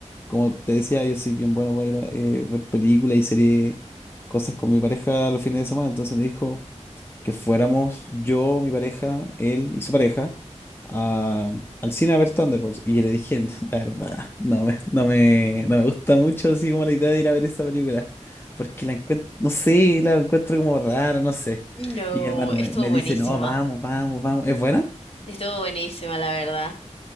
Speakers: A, on the left; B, on the left.
A: como te decía, yo soy bien bueno para ir a eh, ver películas y series, cosas con mi pareja los fines de semana, entonces me dijo, que fuéramos yo, mi pareja, él y su pareja a- al cine a ver Thunderbolts. Y yo le dije, <laughs> la verdad, no me, no me, no me gusta mucho así como la idea de ir a ver esa película, porque la encuentro, no sé, la encuentro como rara, no sé.
B: No,
A: Y mi hermano
B: estuvo
A: me, me
B: buenísima.
A: dice, no, vamos, vamos, vamos. ¿Es buena?
B: Estuvo buenísima, la verdad.